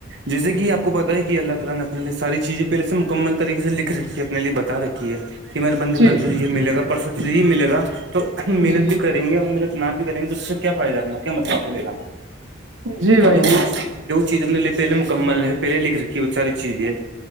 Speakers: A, on the right; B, on the right.
A: جیسے کہ پ کو پتتا ہے کہ اللہ تعالی نے اپنے لی ساری چیزیں پہلے سے مکمل طریقے سے لکھ رکھی ہے اپنے لیے بتا رکھی ہے کہ میرے بندے
B: جی
A: کل تج یہ ملے گا پرسوں تجے ہی ملے گا تو محنت
B: جی
A: بھی کر یں گے اننا بھی کریں گے تو سے کیا فائدہ اپنا کیا مطلب آ کو لینا
B: جی بھائی
A: وہ
B: جی
A: وہ چیز اپ نے لیے پہلے مکمل ہے پہلے لکھ رکھی ہے وہ ساری چیز ہے